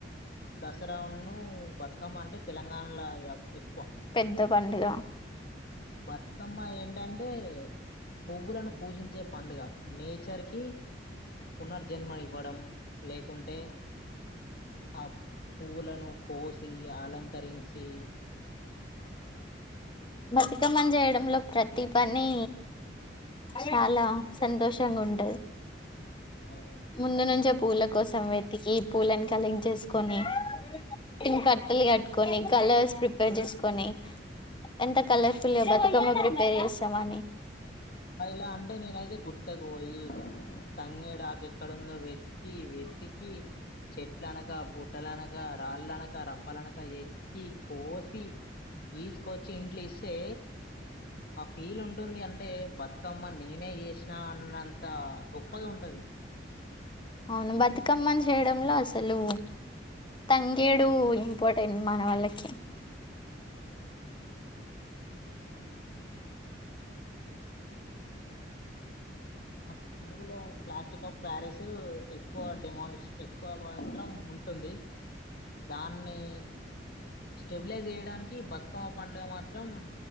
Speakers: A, on the left; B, on the left.
A: దాసరున్ను బతుకమ్మ అంటే తెలంగాణలో ఇగ
B: పెద్ద పండుగ
A: బతుకమ్మ ఏంటంటే పువ్వులను పూజించే పండుగ నేచర్ కి పునర్జన్మని ఇవ్వడం లేకుంటే ఆ పువ్వులను కోసి అలంకరించి
B: బతుకమ్మని జెయడంలో ప్రతి పని చాలా సంతోషంగా ఉంటది
A: అవును
B: ముందు నుంచే పూల కోసం వెతికి పూలను కలెక్ట్ చేసుకొని టీని కట్టలు కట్టుకొని కలర్స్ ప్రిపేర్ చేసుకొని ఎంత కలర్ఫుల్ బతుకమ్మో ప్రిపేర్ చేసామ అని
A: ఇలా అంటె నేను అయితే గుట్ట పోయి తంగేడాకు ఎక్కడందో వెతికి వెతికి చెట్ల అనక పుట్టలనక రాళ్ళ అనక రప్పలనక ఎక్కి కోసి తీసుకొచ్చి ఇంట్లు ఇస్తే ఆ ఫీల్ ఉంటుంది అంటే అంటే బతుకమ్మ నేనే చేసినా అన్నంత గొప్పగా ఉంటది
B: అవును బతుకమ్మని చేయడంలో అసలు తంగేడు ఇంపార్టెంట్ మన వాళ్ళకి
A: ఇకాా మా చెరువులో ప్లాస్టిక్ ఆఫ్ ప్యారిస్ ఎక్కువ డిమాలిష్ ఎక్కువ మాత్రం ఉంటుంది దాన్ని స్టెబిలైజ్ చేయడానికి బతుకమ్మ పండుగ మాత్రం